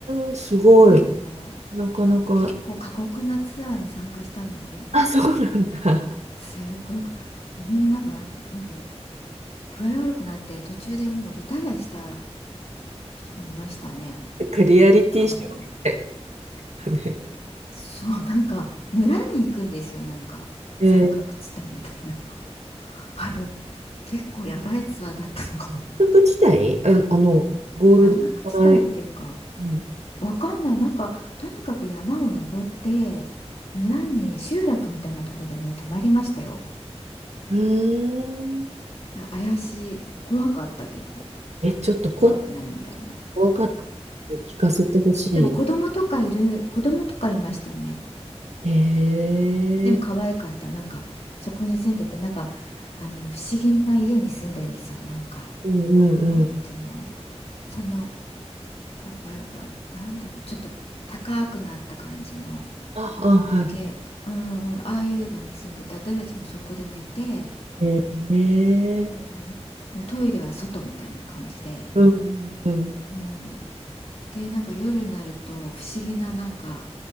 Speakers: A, on the right (about 80°); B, on the left (about 65°).
A: ーん、すごい。
B: 結構、
A: なかなか、
B: 結構過酷なツアーに参加したんですよ。
A: あ、そうなんだ。
B: すっごいか、もうみんななんか、なんか具合悪くなって途中でもうリタイアした人もいましたね。
A: なんかリアリティショーみたい
B: あの、
A: だね。
B: そう、なんか村に行くんですよ、なんか山岳地帯みたいな。
A: えー、
B: <laughs> あれ、結構やばいツアーだったのかも、みたい
A: 大学時代、あ、あの、ゴールド働いて、
B: な。山岳地帯っていうか、
A: うん
B: わかんない。なんか、とにかく山を登って、村に集落みたいなとこでね、泊まりましたよ。
A: うん、うーん。
B: あ怪しい、怖かったけど、
A: え、ちょっと今度
B: 怖くないみたいな。
A: 怖かったので聞かせてほし
B: でも子供とかいる、子供とかいましたね。
A: い。
B: でも可愛かった。
A: え
B: なんか、そこに住んでて、なんか、あの、不思議な家に住んでるんですよ。なんか、
A: ー、うんうんうん。
B: なんていうのその、わ、わ、わ、なんだろう、ちょっと高くなった感じの
A: あ、あ、
B: 竹、
A: はい。
B: うんうん、ああいうのに住んでて、私たちもそこで寝て、
A: えー、えー
B: うん、もうトイレは外みたいな感じで、
A: うんうん
B: うん。で、なんか夜になると不思議な、なんか、